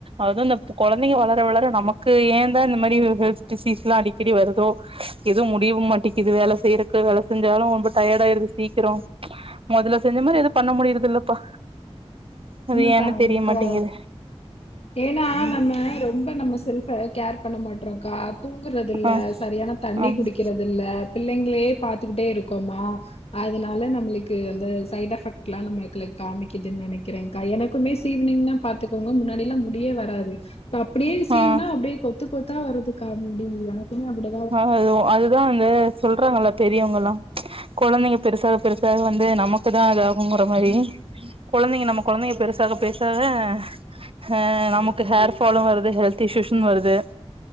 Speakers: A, on the right; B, on the left.
A: அதுவு இந்த குழந்தைங்க வளர வளர நமக்கு ஏன்தா இந்த மாரி ஹெல்த் டிசீஸ்ல்லா அடிக்கடி வருதோ எதுவு முடியவு மாட்டேக்குது வேலை செய்யறக்கு வேலை செஞ்சாலு ரொம்ப டயர்ட ஆயிருது சீக்கிரோ மொதல்ல செஞ்ச மாரி எது பண்ண முடியுரது இல்லப்பா அது
B: ஆமாக்கா
A: ஏன்னு
B: ஆமாக்கா
A: தெரிய மாட்டேங்குது
B: ஏனா நம்ம ரொம்ப நம்ம செல்ஃப்ப கேர் பண்ண மாட்றோம்கா தூங்குறது இல்ல
A: ஆ
B: சரியான தண்ணி
A: ஆமா
B: குடிக்கறது இல்ல பிள்ளைங்களே பாத்துக்கிட்டே இருக்கோமா அதனால நம்மளுக்கு அந்த சைட் எஃபெக்ட் எல்லா நம்மலுகுள்ள காமிக்குதுன்னு நனைக்க கிரேங்க்கா எனக்குமே சீவினிங்னா பாத்துக்கோங்க முன்னாடி எல்லா முடியே வராது அப்படியே சீவுனா
A: ஆ
B: அப்டியே கொத்து கொத்தா வருதுக்கா அப்டி எனக்குமே அப்டி
A: ஆ அது அதுதா வந்து சொல்றாங்கல்ல பெரியவங்கல்லா குழந்தைங்க பெருசாக பெருசாக வந்து நமக்குதா அதாகுங்கற மாரி குழந்தைங்க நம்ம குழந்தைங்க பெருசாக பெருசாக ஹ நமக்கு ஹேர் ஃபாலு வருது ஹெல்த் இஷ்யூஸும் வருது